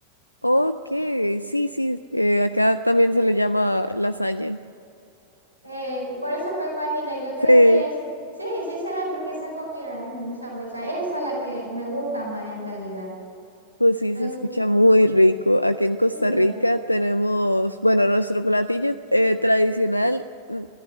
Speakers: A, on the left; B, on the right.
A: ok. Sí, sí. eh, acá también se le llama lasaña.
B: Eh, por eso me imaginé, yo creo
A: Sí.
B: que es- sí, sí se ve porque esa comida es muy sabrosa. Esa es la que me gusta más en realidad.
A: Pues sí,
B: Me,
A: se escucha
B: gu-
A: muy rico. Aquí en
B: sí.
A: Costa Rica tenemos, bueno, nuestro platillo eh, tradicional mm,